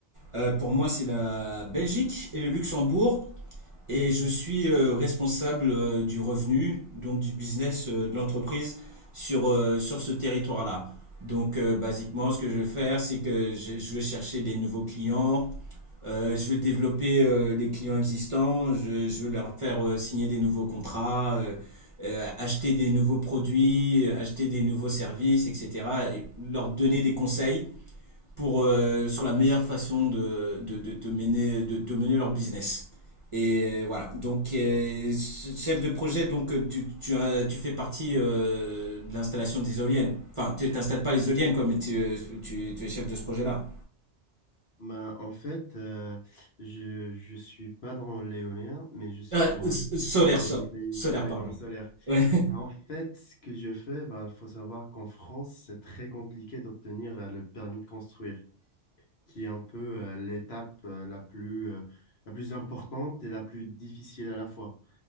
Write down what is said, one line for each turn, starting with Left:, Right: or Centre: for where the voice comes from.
Right: Euh, pour moi, c'est la Belgique et le Luxembourg. Et je suis euh, responsable euh, du revenu, donc du business euh, de l'entreprise sur, euh, sur ce territoire-là. Donc, euh, basiquement, ce que je vais faire, c'est que je, je vais chercher des nouveaux clients, euh, je vais développer euh, les clients existants, je, je vais leur faire euh, signer des nouveaux contrats, euh, euh, acheter des nouveaux produits, euh, acheter des nouveaux services, etc. Et leur donner des conseils pour, euh, sur la meilleure façon de, de, de, de mener, de, de mener leur business. Et euh, voilà, donc euh, chef de projet, donc euh, tu, tu, as- tu fais partie euh, de l'installation des éoliennes. Enfin, tu t'installes pas les éoliennes, quoi, mais tu, euh, tu, tu es chef de ce projet-là.
Left: Bah, en fait, euh, je je suis pas dans l'éolien, mais je suis
Right: Ah,
Left: dans
Right: s-
Left: le
Right: solaire,
Left: photovoltaïque,
Right: sol- solaire,
Left: <laughs> ouais,
Right: pardon.
Left: dans le solaire.
Right: Ouais. <laughs>
Left: En fait, ce que je fais, bah, faut savoir qu'en France, c'est très compliqué d'obtenir euh, le permis de construire, qui est un peu euh, l'étape euh, la plus euh, la plus importante et la plus difficile à la fois.